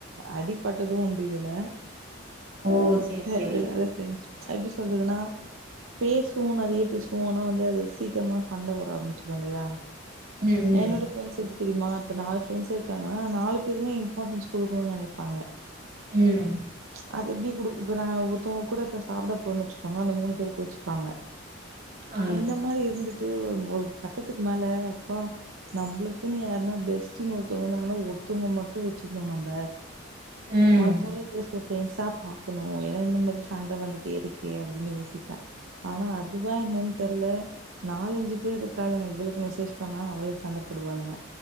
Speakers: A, on the right; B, on the right.
A: அடிப்பட்டது உண்டு இதுல
B: ஓ
A: பரதேவையில்லாத
B: சேரி சேரி
A: ஃப்ரண்ட்ஸ் அ எப்டி சொல்றதுன்னா பேசுவோ நெறைய பேசுவோ ஆனா வந்து அது சீக்கிரமா சண்ட வர ஆரம்பிச்சிரு இல்லயா
B: ம்
A: என்னோட ஃப்ரன்ட்ஸ் எப்டி தெரிமா இப்ப நாலு ஃப்ரெண்ட்ஸ் இருக்காங்கன்னா நாலு பேருமே இம்பார்டன்ஸ் கொடுக்கணு நெனைப்பாங்க
B: ம்
A: <inaudible> அது எப்டி குடு இப்ப நா ஒருத்தங்க கூட இப்ப சாப்ட போன்னு வச்சுக்கோங்க அந்த மூணு பேரு கோச்சுப்பாங்க
B: ஆ
A: இந்த மாதிரி இருந்துட்டு ஒரு ஒரு கட்டத்துக்கு மேல அப்பா நம்ள குன்னு யாருன்னா பெஸ்டினு ஒருத்தவங்க வந்தாங்கனா ஒருத்தவங்க மட்டு வச்சுக்ணு நம்ப
B: ம்
A: மத்தோவ்ல ஜஸ்ட் ஒரு ஃப்ரெண்ட்ஸா பாக்கணு ஏனா இந்த மாதிரி சண்ட வந்துட்டே இருக்கே அப்டின் யோசிப்பே ஆனா அதுவா என்னன் தெர்ல நாலஞ்சு பேர் இருக்காலுங்க இவளக்கு மெசேஜ் பண்ணா அவளுக சண்ட போடுவாளுங்க